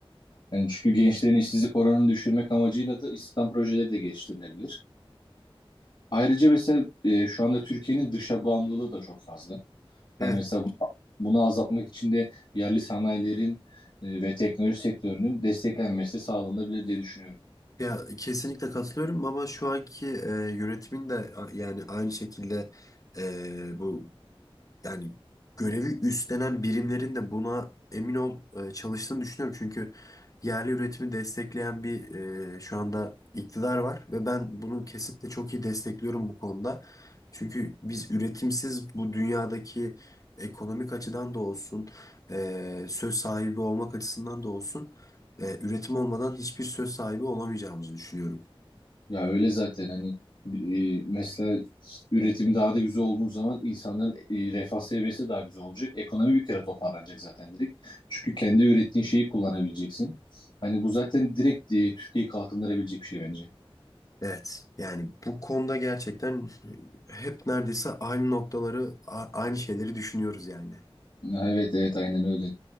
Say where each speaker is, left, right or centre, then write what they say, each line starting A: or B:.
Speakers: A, on the left; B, on the left.
A: Yani çünkü gençlerin işsizlik oranını düşürmek amacıyla da istihdam projeleri de geliştirilebilir. Ayrıca mesela e, şu anda Türkiye'nin dışa bağımlılığı da çok fazla. Hani
B: Evet.
A: mesela bu- bunu azaltmak için de yerli sanayilerin e, ve teknoloji sektörünün desteklenmesi sağlanabilir diye düşünüyorum.
B: Ya kesinlikle katılıyorum ama şu anki e, yönetimin de a- yani aynı şekilde e, bu yani görevi üstlenen birimlerin de buna emin ol e, çalıştığını düşünüyorum. Çünkü yerli üretimi destekleyen bir e, şu anda iktidar var ve ben bunu kesinlikle çok iyi destekliyorum bu konuda. Çünkü biz üretimsiz bu dünyadaki ekonomik açıdan da olsun, e, söz sahibi olmak açısından da olsun, e, üretim olmadan hiçbir söz sahibi olamayacağımızı düşünüyorum.
A: Ya öyle zaten hani e, mesela üretim daha da güzel olduğu zaman insanların e, refah seviyesi daha güzel olacak. Ekonomi bir kere toparlanacak zaten direkt. Çünkü kendi ürettiğin şeyi kullanabileceksin. Hani bu zaten direkt e, Türkiye'yi kalkındırabilecek bir şey bence.
B: Evet. Yani bu konuda gerçekten hep neredeyse aynı noktaları, a- aynı şeyleri düşünüyoruz yani.
A: Ya Evet evet aynen öyle.